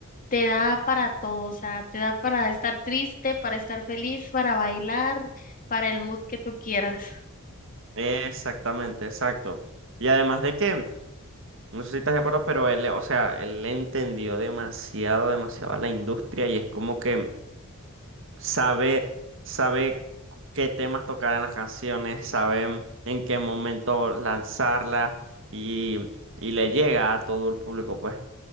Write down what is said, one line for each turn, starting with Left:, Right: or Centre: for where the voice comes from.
Left: te da para todo, o sea, te da para estar triste, para estar feliz, para bailar, para el mood que tú quieras.
Right: exactamente, exacto. Y además de que, no sé si estás de acuerdo, pero él, o sea, él entendió demasiado, demasiado a la industria y es como que sabe, sabe qué temas tocar en las canciones, sabe en qué momento lanzarlas y, y le llega a todo el público, pues.